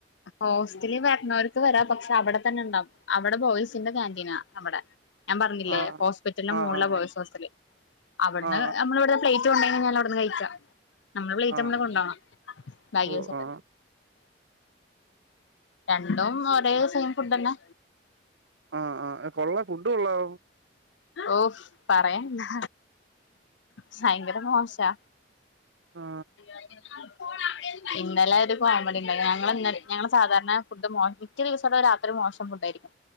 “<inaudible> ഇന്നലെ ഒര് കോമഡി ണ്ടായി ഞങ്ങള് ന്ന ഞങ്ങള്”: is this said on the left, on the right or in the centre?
Left